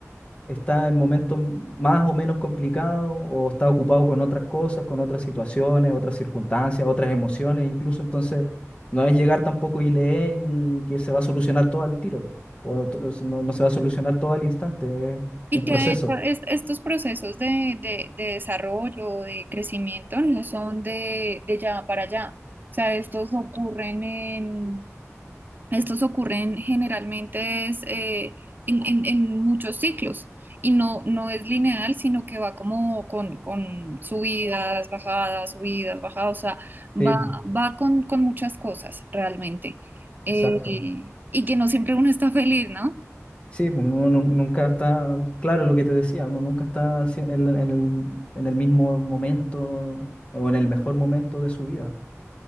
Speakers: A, on the left; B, on the right.
A: está en momentos más o menos complicados o está ocupado con otras cosas, con otras situaciones, otras circunstancias, otras emociones incluso, entonces no es llegar tampoco y leer y que se va a solucionar todo al tiro, o to- no, no se va a solucionar todo al instante, es
B: Y
A: un proceso.
B: que de hecho es- estos procesos de, de, de desarrollo, de crecimiento, no son de, de ya para allá. O sea, estos ocurren en, estos ocurren generalmente es, eh, en, en- en muchos ciclos. Y no, no es lineal, sino que va como con, con subidas, bajadas, subidas, bajadas. O sea, va,
A: Sí, pues,
B: va con, con muchas cosas realmente. Eh,
A: exacto.
B: y que no siempre uno está feliz, ¿no?
A: Sí, pues, uno nu- nunca está, claro lo que te decía, uno nunca está sie- en, la- en el, en el mismo momento o en el mejor momento de su vida.